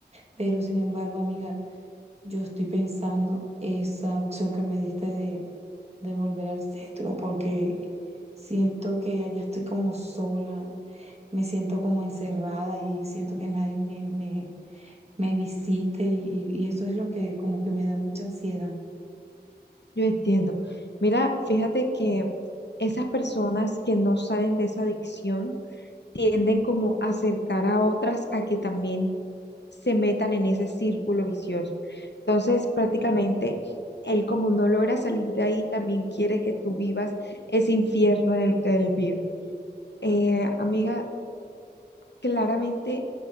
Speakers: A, on the right; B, on the left.
A: Pero sin embargo, amiga, yo estoy pensando esa opción que me diste de, de volver al centro, porque siento que allá estoy como sola, me siento como encerrada y siento que nadie me, me, me visite y, y eso es lo que como que me da mucha ansiedad.
B: yo entiendo. Mira, fíjate que esas personas que no salen de esa adicción, tienden como a acercar a otras a que también se metan en ese círculo vicioso. Entonces, prácticamente, él como no logra salir de ahí, también quiere que tú vivas ese infierno en el que él vive. Eh, amiga, claramente